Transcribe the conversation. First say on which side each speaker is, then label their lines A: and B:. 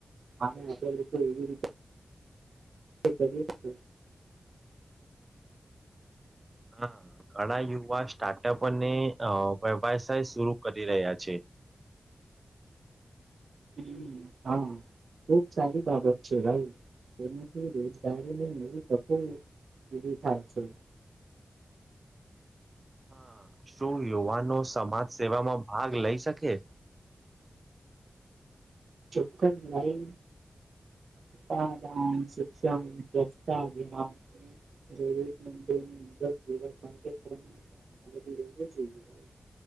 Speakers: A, on the right; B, on the right.
A: આને અત્યાર લોકો એવી રીતે કરે જ છે
B: હા ઘણા યુવા સ્ટાર્ટપ અને અ વ્યવસાય શુરુ કરી રહ્યા છે. <inaudible>
A: હમ હા ખૂબ સારી બાબત છે ભાઈ કેમ કે રોજગારીને નવી તકો ઉભી થાય છે.
B: <inaudible> હહ શું યુવાનો સમાજસેેવામાં ભાગ લઈ શકે? <inaudible>
A: ચોક્કસ લઈ દાન, શિક્ષણ, સ્વચ્છતા અભિમાન અને જરૂરી એવા કાર્યક્રમમાં ભાગ લેવો જોઈએ ભાઈ